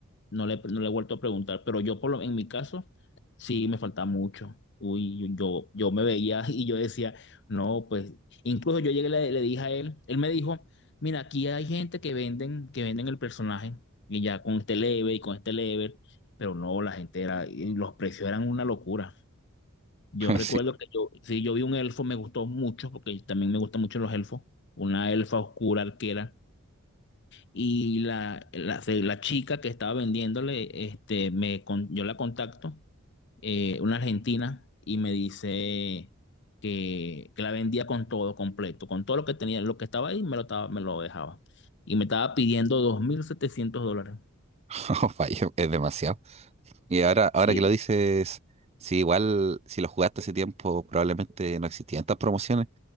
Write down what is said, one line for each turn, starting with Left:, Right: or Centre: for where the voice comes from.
Left: No le, no le he vuelto a preguntar, pero yo por lo, en mi caso sí me faltaba mucho. Uy, yo, yo me veía <laughs> y yo decía, no, pues incluso yo llegué y le, le dije a él, él me dijo, mira, aquí hay gente que venden, que venden el personaje y ya con este level y con este level, pero no, la gente era, y los precios eran una locura. Yo
Right: <laughs>
Left: recuerdo
Right: Sí,
Left: que yo, sí, yo vi un elfo, me gustó mucho, porque también me gustan mucho los elfos, una elfa oscura arquera. Y la, la, se- la chica que estaba vendiéndole, este, me, con- yo la contacto, eh, una argentina, y me dice que, que la vendía con todo completo, con todo lo que tenía, lo que estaba ahí, me lo, estaba, me lo dejaba. Y me estaba pidiendo 2.700 dólares.
Right: <laughs> fallo, es demasiado. Y ahora, ahora
Left: Sí,
Right: que lo dices, sí, igual si lo jugaste hace tiempo, probablemente no existían tantas promociones,